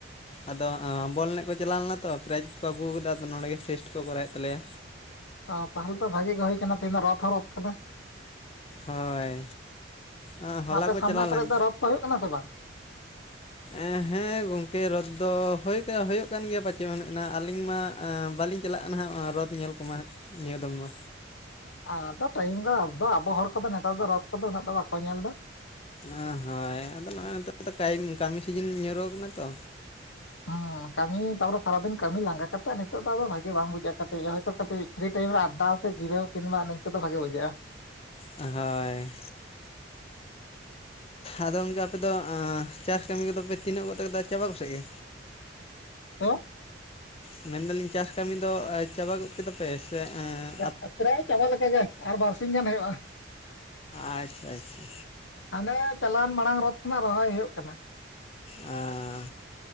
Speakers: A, on the left; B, on the left.
A: ᱟᱫᱚ ᱚ ᱵᱚᱞ ᱮᱱᱮᱡ ᱠᱚ ᱪᱟᱞᱟᱣ ᱞᱮᱱᱟ ᱛᱚ, ᱯᱮᱨᱟᱭᱤᱡ ᱠᱚ ᱟᱹᱜᱩ ᱟᱠᱟᱫᱟ ᱟᱫᱚ ᱱᱚᱸᱰᱮ ᱜᱮ ᱯᱷᱤᱥᱴ ᱠᱚ ᱠᱚᱨᱟᱣᱮᱫ ᱛᱟᱞᱮᱭᱟ᱾
B: ᱚ ᱛᱟᱦᱚᱞᱮ ᱛᱚ ᱵᱷᱟᱜᱮ ᱜᱮ ᱦᱳᱭ ᱠᱟᱱᱟ ᱛᱮᱦᱮᱧ ᱫᱚ ᱨᱚᱛᱷ ᱦᱚᱸ ᱨᱚᱛᱷ ᱠᱟᱱᱟ᱾
A: ᱦᱳᱭ ᱮᱸ ᱦᱚᱞᱟ
B: ᱟᱯᱮ
A: ᱠᱚ
B: ᱥᱟᱢᱱᱟ
A: ᱪᱟᱞᱟᱣ
B: ᱠᱚᱨᱮ
A: ᱞᱮᱱ
B: ᱫᱚ ᱨᱚᱛ ᱠᱚ ᱦᱩᱭᱩᱜ ᱠᱟᱱᱟ ᱥᱮ ᱵᱟᱝ
A: ᱮᱸ ᱦᱮᱸ ᱜᱚᱝᱠᱮ ᱨᱚᱛᱷ ᱫᱚ ᱦᱩᱭ ᱠᱟᱱᱟ ᱦᱩᱭᱩᱜ ᱠᱟᱱ ᱜᱮᱭᱟ ᱯᱟᱪᱮᱫ ᱚᱱᱮ ᱚᱱᱟ ᱟᱹᱞᱤᱧ ᱢᱟ ᱮᱸ ᱵᱟᱹᱞᱤᱧ ᱪᱟᱞᱟᱜᱼᱟ ᱱᱟ ᱦᱟᱜ ᱨᱚᱛᱷ ᱠᱩ ᱨᱚᱫ ᱧᱮᱞᱠᱚᱢᱟ ᱱᱤᱭᱟᱹ ᱫᱚᱢ ᱢᱟ᱾
B: ᱟᱫᱚ ᱴᱟᱭᱤᱢ ᱜᱟ ᱟᱫᱚ ᱟᱵᱚ ᱦᱚᱲ ᱠᱚᱫᱚ ᱱᱮᱛᱟᱨ ᱫᱚ ᱨᱚᱛ ᱠᱚᱫᱚ ᱩᱱᱟᱹᱜ ᱫᱚ ᱵᱟᱠᱚ ᱧᱮᱞ ᱮᱫᱟ᱾
A: ᱚ ᱦᱳᱭ ᱟᱫᱚ ᱱᱚᱜᱼᱚᱭ ᱱᱤᱛᱚᱜ ᱫᱚ ᱠᱟᱭᱤᱢ ᱠᱟᱹᱢᱤ ᱥᱤᱡᱤᱱ ᱧᱩᱨᱩ ᱟᱠᱟᱱᱟ ᱛᱚ᱾
B: ᱦᱩᱸ ᱠᱟᱹᱢᱤ ᱛᱟᱯᱚᱨᱮ ᱥᱟᱨᱟᱫᱤᱱ ᱠᱟᱹᱢᱤ ᱞᱟᱸᱜᱟ ᱠᱟᱛᱮᱜ ᱱᱤᱛᱚᱜ ᱫᱚ ᱟᱫᱚ ᱵᱷᱟᱜᱮ ᱵᱟᱝ ᱵᱩᱡᱷᱟᱹᱜ-ᱟ᱾ ᱠᱟᱹᱴᱤᱡ ᱦᱳᱭᱛᱳ ᱠᱟᱹᱴᱤᱡ ᱯᱷᱨᱤ ᱴᱟᱭᱤᱢ ᱨᱮ ᱟᱰᱰᱟ ᱥᱮ ᱡᱤᱨᱟᱣ ᱠᱤᱝᱵᱟ ᱱᱤᱝᱠᱟᱹ ᱫᱚ ᱵᱷᱟᱜᱮ ᱵᱩᱡᱷᱟᱹᱜᱼᱟ᱾
A: ᱦᱳᱭ᱾ ᱟᱫᱚ ᱜᱚᱝᱠᱮ ᱟᱯᱮᱫᱚ ᱮᱸ ᱪᱟᱥ ᱠᱟᱹᱢᱤ ᱠᱚᱫᱚᱯᱮ ᱛᱤᱱᱟᱹᱜ ᱜᱚᱫ ᱠᱟᱫᱟ ᱪᱟᱵᱟ ᱠᱚᱥᱮᱫ ᱜᱮ?
B: ᱦᱮᱸ?
A: ᱢᱮᱱᱫᱟᱞᱤᱧ ᱪᱟᱥ ᱠᱟᱹᱢᱤ ᱫᱚ ᱮ ᱪᱟᱵᱟ ᱜᱚᱫ ᱠᱮᱫᱟᱯᱮ? ᱯᱮ ᱮᱸᱻ
B: ᱪᱟᱜ ᱯᱮᱨᱟᱭ ᱪᱟᱵᱟ ᱞᱮᱠᱟᱜᱮ ᱟᱨ ᱵᱟᱨᱥᱤᱧ ᱜᱟᱱ ᱦᱩᱭᱩᱭᱟ᱾
A: ᱟᱪᱪᱷᱟ ᱟᱪᱪᱷᱟ᱾
B: ᱦᱟᱱᱮ ᱪᱟᱞᱟᱣᱮᱱ ᱢᱟᱲᱟᱝ ᱨᱚᱛᱷ ᱠᱷᱚᱱᱟᱜ ᱨᱚᱦᱚᱭ ᱦᱩᱭᱩᱜ ᱠᱟᱱᱟ᱾
A: ᱟᱻ